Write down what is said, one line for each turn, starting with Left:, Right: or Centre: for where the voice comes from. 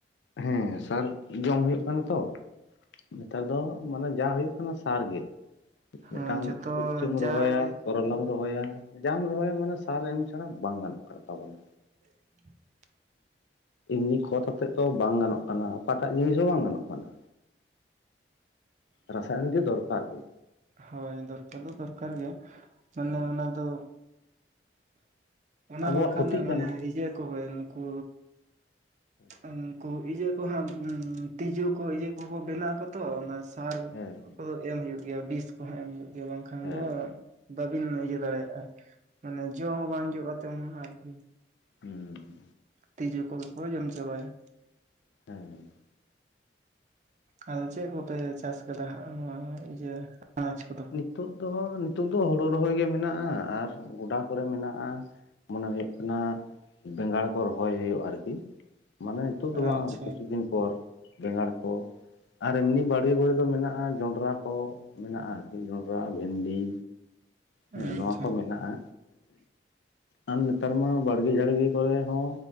Left: ᱦᱮᱸ ᱥᱟᱨ ᱡᱚᱢ ᱦᱳᱭᱳᱜ ᱠᱟᱱᱟ ᱛᱚ ᱱᱮᱛᱟᱨ ᱫᱚ ᱢᱟᱱᱮ ᱡᱟ ᱦᱳᱭᱳᱜ ᱠᱟᱱᱟ, ᱥᱟᱨ ᱜᱮ
Right: ᱦᱮᱸ
Left: ᱢᱤᱫᱴᱟᱝ
Right: ᱡᱷᱚᱛᱚ
Left: ᱩᱪᱪᱷᱟᱹᱢ
Right: ᱡᱟᱜᱮ
Left: ᱨᱚᱦᱚᱭᱟ, ᱠᱚᱨᱚᱞᱟᱢ ᱨᱚᱦᱚᱭᱟ ᱡᱟᱢ ᱨᱚᱦᱚᱭᱟ ᱢᱟᱱᱮ ᱥᱟᱨ ᱮᱢ ᱪᱷᱟᱲᱟ ᱵᱟᱝ ᱜᱟᱱᱚᱜ ᱠᱟᱱ ᱛᱟᱵᱚᱱᱟ᱾
Right: <unintelligible>
Left: ᱮᱢᱱᱤ ᱠᱷᱚᱛ <unintelligible> ᱛᱚ ᱵᱟᱝ ᱜᱟᱱᱚᱜ ᱠᱟᱱᱟ, ᱚᱠᱟᱴᱟᱜ ᱡᱤᱱᱤᱥ ᱦᱚᱸ ᱵᱟᱝ ᱜᱟᱱᱚᱜ ᱠᱟᱱᱟ᱾ ᱨᱟᱥᱟᱭᱚᱱᱤᱠ ᱜᱮ ᱫᱚᱨᱠᱟᱨ ᱜᱮ᱾
Right: ᱦᱳᱭ, ᱫᱚᱨᱠᱟᱨ ᱫᱚ ᱫᱚᱨᱠᱟᱨ ᱜᱮ, ᱢᱟᱱᱮ
Left: ᱦᱩᱸ
Right: ᱚᱱᱟ ᱫᱚ ᱚᱱᱟ
Left: ᱟᱵᱚᱣᱟᱜ
Right: ᱵᱟᱝᱠᱷᱟᱱ
Left: ᱠᱷᱚᱛᱤᱜ
Right: ᱢᱟᱱᱮ
Left: ᱠᱟᱱᱟ
Right: ᱤᱡᱟᱹ ᱠᱚᱜᱮ ᱱᱩᱠᱩ
Left: <inaudible>
Right: ᱩᱱᱠᱩ ᱤᱭᱟᱹ ᱠᱚ ᱦᱟᱸᱜ ᱩᱸ ᱛᱤᱡᱩ ᱠᱩ ᱤᱭᱟᱹ ᱠᱩᱠᱩ ᱵᱮᱱᱟᱜ ᱟᱠᱚ ᱛᱚ ᱚᱱᱟ ᱥᱟᱨ
Left: ᱦᱮᱸ
Right: ᱠᱚᱫᱚ ᱮᱢ ᱦᱩᱭᱩᱜ ᱜᱮᱭᱟ, ᱵᱤᱥ ᱠᱚᱦᱚᱸ ᱮᱢ ᱦᱩᱭᱩᱜ ᱜᱮᱭᱟ᱾ ᱵᱟᱝᱠᱷᱟᱱ
Left: ᱦᱮᱸ
Right: ᱫᱚ ᱵᱟᱹᱵᱤᱱ ᱤᱭᱟᱹ ᱫᱟᱲᱮᱭᱟᱜ-ᱟ, ᱢᱟᱱᱮ ᱡᱚ ᱦᱚᱸ ᱵᱟᱝ ᱡᱚᱜ-ᱟ ᱛᱮᱢᱚᱱ ᱟᱨᱠᱤ᱾
Left: ᱦᱩᱸ
Right: ᱛᱤᱡᱳ ᱠᱚᱜᱮ ᱠᱚ ᱡᱚᱢ ᱪᱟᱵᱟᱭᱟ᱾
Left: <unintelligible>
Right: ᱟᱫᱚ ᱪᱮᱫ ᱠᱚᱯᱮ ᱪᱟᱥ ᱠᱟᱫᱟ ᱦᱟᱸᱜ ᱱᱚᱣᱟ ᱤᱡᱟᱹ ᱟᱱᱟᱡ ᱠᱚᱫᱚ?
Left: ᱱᱤᱛᱚᱜ ᱫᱚ ᱱᱤᱛᱚᱜ ᱫᱚ ᱦᱳᱲᱳ ᱨᱚᱦᱚᱭ ᱜᱮ ᱢᱮᱱᱟᱜ-ᱟ ᱟᱨ ᱜᱚᱰᱟ ᱠᱚᱨᱮ ᱢᱮᱱᱟᱜ-ᱟ᱾ ᱢᱚᱱᱮ ᱦᱳᱭᱳᱜ ᱠᱟᱱᱟ᱾ ᱵᱮᱸᱜᱟᱲ ᱠᱚ ᱨᱚᱦᱚᱭ ᱦᱳᱭᱳᱜ-ᱟ ᱟᱨᱠᱤ, ᱢᱟᱱᱮ ᱱᱤᱛᱚᱜ
Right: ᱟᱪᱪᱷᱟ
Left: ᱫᱚ ᱵᱟᱝ ᱠᱤᱪᱷᱩ ᱫᱤᱱ ᱯᱚᱨ᱾ ᱵᱮᱸᱜᱟᱲ ᱠᱚ, ᱟᱨ ᱮᱢᱱᱤ ᱵᱟᱲᱜᱮ ᱠᱚᱨᱮ ᱫᱚ ᱢᱮᱱᱟᱜ-ᱟ ᱡᱚᱱᱰᱨᱟ ᱠᱚ, ᱢᱮᱱᱟᱜ-ᱟ ᱡᱚᱱᱰᱨᱟ, ᱵᱷᱮᱱᱰᱤ,
Right: ᱟᱪᱪᱷᱟ
Left: ᱦᱮᱸ ᱱᱚᱣᱟ ᱠᱚ ᱢᱮᱱᱟᱜ-ᱟ᱾
Right: <inaudible>
Left: ᱟᱨ ᱱᱮᱛᱟᱨ ᱢᱟ ᱵᱟᱲᱜᱮ ᱡᱷᱟᱲᱜᱮ ᱠᱚᱨᱮ ᱦᱚᱸ